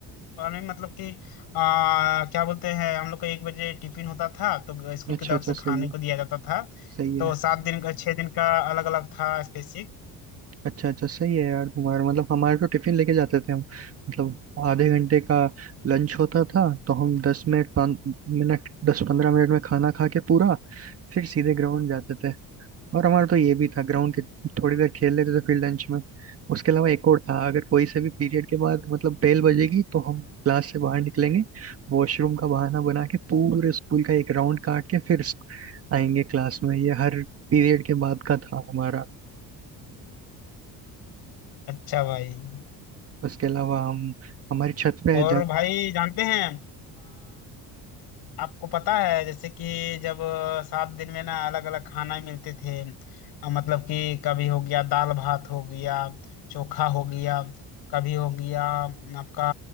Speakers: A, on the left; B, on the right.
A: पानी मतलब कि आ, क्या बोलते हैं हम लोग का एक बजे टिफिन होता था तो ग- स्कूल
B: अच्छा
A: की तरफ
B: अच्छा
A: से
B: सही
A: खाने
B: है
A: को दिया जाता था
B: सही
A: तो
B: है
A: सात दिन का छह दिन का अलग अलग था स्पेसिफिक
B: अच्छा अच्छा सही है यार तुम्हारा मतलब हमारे तो टिफिन लेके जाते थे हम मतलब आधे घंटे का लंच होता था तो हम दस मिनट पाँच मिनट दस पंद्रह मिनट में खाना खा के पूरा फिर सीधे ग्राउंड जाते थे और हमारा तो ये भी था ग्राउंड के थोड़ी देर खेल लेते थे फिर लंच में उसके अलावा एक और था अगर कोई से भी पीरियड के बाद मतलब बेल बजेगी तो हम क्लास से बाहर निकलेंगे वॉशरूम का बहाना बना के पूरे स्कूल का एक राउंड काट के फिर स्क- आएंगे क्लास में ये हर पीरियड के बाद का था हमारा
A: अच्छा भाई
B: उसके अलावा हम हमारी छत पे है
A: और
B: जा
A: भाई जानते हैं आपको पता है जैसे कि जब अ, सात दिन में ना अलग अलग खाना मिलते थे अ, मतलब कि कभी हो गया दाल भात हो गया चोखा हो गया कभी हो गया आपका